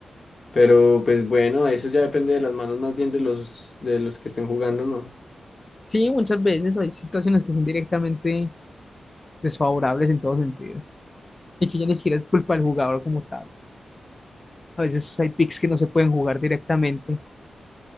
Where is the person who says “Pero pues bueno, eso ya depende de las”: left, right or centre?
Left